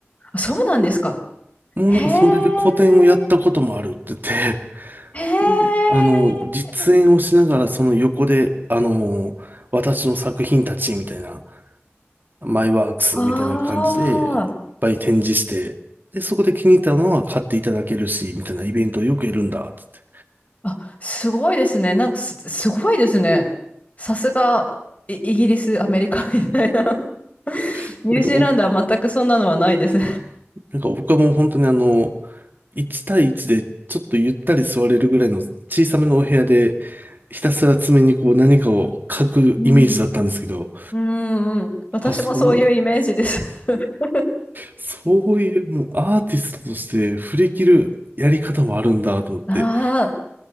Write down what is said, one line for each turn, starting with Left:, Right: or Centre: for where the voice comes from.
Left: あそうなんですか。
Right: もうなんかそれで個展をやったこともあるって言って、
Left: へえ、へえ、
Right: で、あの、実演をしながらその横で、あの、私の作品たちみたいな、マイワークスみたいな感じでいっぱい展示して、
Left: あ
Right: で、そこで気に入ったのは買っていただけるし、みたいなイベントをよくやるんだって言
Left: あ、あ、すごいですね。なんかす、すごいですね。さすが、イ、イギリス、アメリカみたいな。<laughs>
Right: って。
Left: ニュージーランドは全くそんなのはないです。
Right: なんか僕、なんか僕はもう本当にあの、1対1でちょっとゆったり座れるぐらいの小さめのお部屋で、ひたすら爪にこう何かを書くイメージだったんですけど、
Left: うん。うんうん、私もそういうイメージです。
Right: あ、そう、
Left: <laughs>
Right: そういうもうアーティストとして振り切るやり方もあるんだと思って、
Left: ああ、